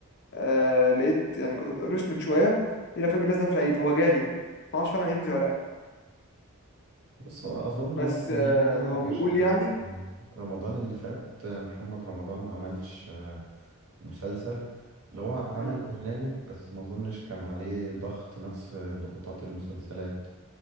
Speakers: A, on the left (about 50°); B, on the right (about 75°).
A: آه لقيت يعني كنت بسرش من شوية إيه الأفلام اللي نازلة في العيد هو جالي معرفش فعلا هينزل ولا لأ
B: بص هو أظن
A: بس
B: ممكن
A: آه
B: ينزل
A: هو بيقول
B: عشان
A: يعني
B: رمضان اللي فات آه، محمد رمضان ما عملش آه، مسلسل اللي هو عمل
A: مم.
B: برنامج بس ما أظنش كان عليه ضغط نفس ضغوطات المسلسلات